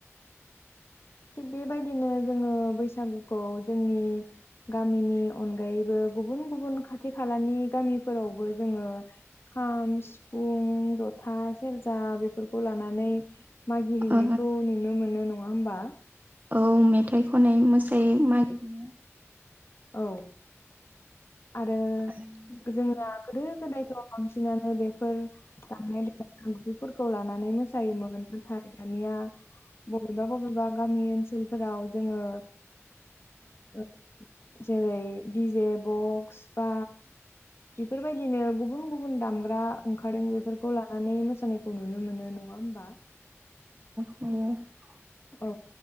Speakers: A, on the left; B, on the right.
A: थिग बेबायदिनो जोङो बैसागुखौ जोंनि गामिनि अनगायैबो गुबुन- गुबुन खाथि खालानि गामिफोरावबो जोङो खाम, सिफुं, जथा, सेरजा बेफोरखौ लानानै मागि हैैनायखौ
B: ओ
A: नोंनो मोनो नङा होमबा
B: औ मेथाइ खननाय मोसायोै मागिरया
A: औ आरो
B: औ
A: जोंया गोदो -गोदायथ' बांसिनानो बेफोर दामनाय देनाय दामजुफोरखौ लानानै मोसायोमोन नाथाय दानिया बबेबा - बबेबा गामि ओनसोलफोराव जोङो उम जेरै डि जे बक्स बा बेफोरबायदिनो गुबुन - गुबुन दामग्रा ओंखारदों बेफोरखौ लानानै मोसानायखौ नुनो मोनो नङा होमबा?
B: <unintelligible>
A: औ